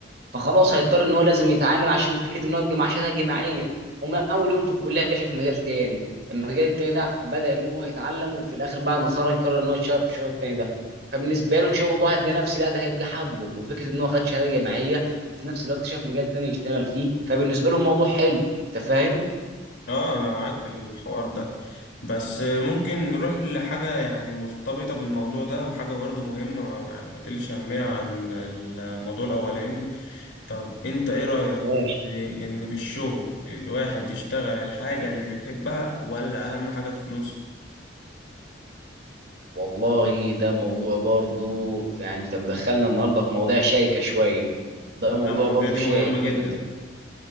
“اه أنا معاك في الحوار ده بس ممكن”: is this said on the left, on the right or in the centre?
Left